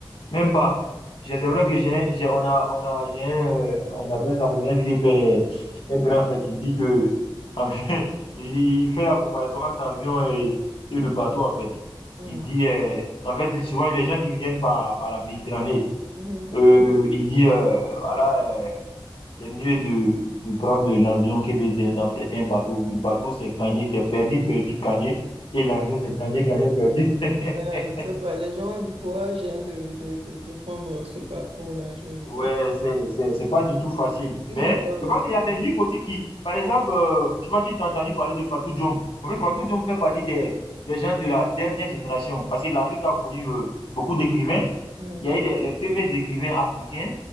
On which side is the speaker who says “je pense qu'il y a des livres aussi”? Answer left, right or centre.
Left